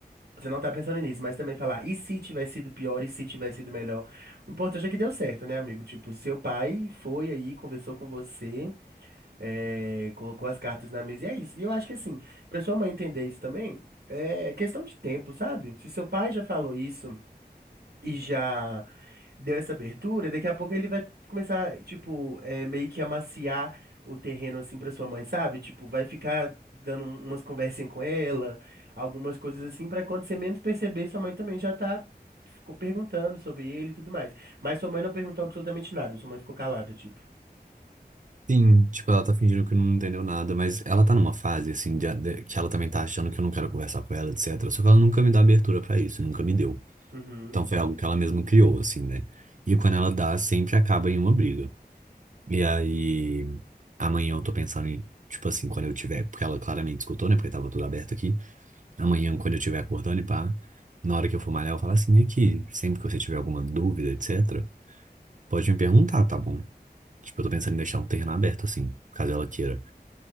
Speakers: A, on the right; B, on the right.
A: Você não tá pensando nisso, mas também falar, e se tivesse sido pior, e se tivesse sido melhor? O importante é que deu certo, né, amigo? Tipo, seu pai foi aí, conversou com você. é, colocou as cartas na mesa e é isso. E eu acho que assim, pra sua mãe entender isso também, é questão de tempo, sabe? Se seu pai já falou isso e já deu essa abertura, daqui a pouco ele vai começar, tipo, é, meio que amaciar o terreno assim pra sua mãe, sabe? Tipo, vai ficar dando um- umas conversinhas com ela, algumas coisas assim, pra quando você menos perceber, sua mãe também já tá ficou perguntando sobre ele e tudo mais. Mas sua mãe não perguntou absolutamente nada, sua mãe ficou calada, tipo.
B: Sim, tipo, ela tá fingindo que não entendeu nada, mas ela tá numa fase, assim, de, de- que ela também tá achando que eu não quero conversar com ela, etc. Só que ela nunca me dá abertura pra isso, nunca me deu.
A: Uhum.
B: Então foi algo que ela mesma criou, assim, né? E quando ela dá, sempre acaba em uma briga. E aí, amanhã eu tô pensando em, tipo assim, quando eu tiver, porque ela claramente escutou, né? Porque tava tudo aberto aqui. Amanhã, quando eu tiver acordando e pá, na hora que eu for malhar, eu falo assim, aqui, sempre que você tiver alguma dúvida, etc., pode me perguntar, tá bom? Tipo, eu tô pensando em deixar um terreno aberto, assim, caso ela queira.